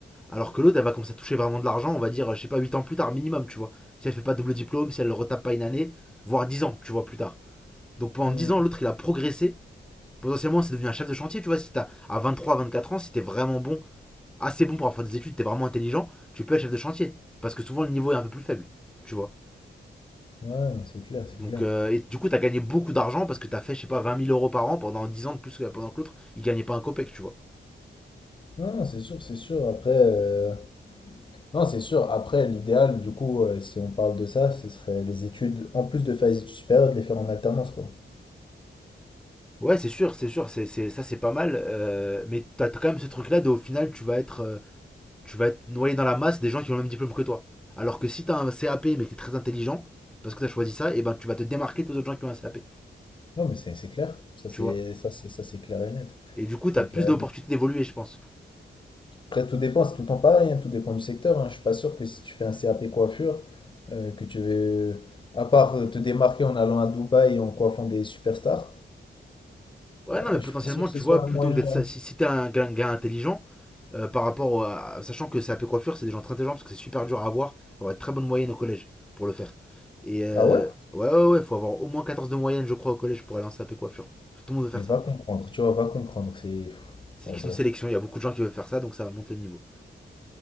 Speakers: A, in the centre; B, on the left (about 25°).
A: Alors que l'autre, elle va commencer à toucher vraiment de l'argent, on va dire, je sais pas, 8 ans plus tard minimum, tu vois. Si elle fait pas double diplôme, si elle retape pas une année, voire 10 ans, tu vois, plus tard. Donc pendant
B: hein.
A: 10 ans, l'autre, il a progressé. Potentiellement, c'est devenu un chef de chantier, tu vois. Si t'as à 23, 24 ans, si t'es vraiment bon, assez bon pour avoir fait des études, t'es vraiment intelligent, tu peux être chef de chantier. Parce que souvent, le niveau est un peu plus faible, tu vois.
B: Hmm. Ouais, non, c'est clair,
A: Donc,
B: c'est clair.
A: euh, et du coup, t'as gagné beaucoup d'argent parce que t'as fait, je sais pas, 20 000 euros par an pendant 10 ans de plus que pendant que l'autre, il gagnait pas un copec, tu vois.
B: Non, non, c'est sûr, c'est sûr. Après, euh, Non, c'est sûr. Après, l'idéal, du coup, euh, si on parle de ça, ce serait les études, en plus de faire les études supérieures, de les faire en alternance, quoi.
A: Ouais, c'est sûr, c'est sûr, c'est, c'est- ça c'est pas mal, euh, mais t'as t'as quand même ce truc-là de au final, tu vas être. euh, tu vas être noyé dans la masse des gens qui ont le même diplôme que toi. Alors que si t'as un CAP mais que t'es très intelligent, parce que t'as choisi ça, et ben tu vas te démarquer des autres gens qui ont un CAP.
B: Non, mais c'est c'est clair. Ça,
A: Tu
B: c'est
A: vois
B: ça, c'est ça, c'est clair et net.
A: Et du coup,
B: C'est
A: t'as plus
B: clair
A: d'opportunités
B: et net.
A: d'évoluer, je pense.
B: Après, tout dépend, c'est tout le temps pareil, hein, tout dépend du secteur. hein. Je suis pas sûr que si tu fais un CAP coiffure, euh, que tu veux, à part euh, te démarquer en allant à Dubaï et en coiffant des superstars,
A: Ouais,
B: euh,
A: non, mais
B: je
A: potentiellement,
B: suis pas sûr que
A: tu
B: ce soit
A: vois, plutôt
B: un moyen.
A: que d'être.
B: là.
A: ça- Si, si t'es un gars, un gars intelligent, euh, par rapport à. Sachant que CAP coiffure, c'est des gens très intelligents parce que c'est super dur à avoir. Il Faut avoir une très bonne moyenne au collège pour le faire. Et euh,
B: Ah ouais?
A: ouais, ouais, ouais, il faut avoir au moins 14 de moyenne, je crois, au collège pour aller en CAP coiffure. Tout le monde veut faire
B: Mais va
A: ça.
B: comprendre, tu vois, va comprendre. C'est. pff,
A: C'est
B: Ouais,
A: une question
B: bref.
A: de sélection, il y a beaucoup de gens qui veulent faire ça, donc ça monte le niveau.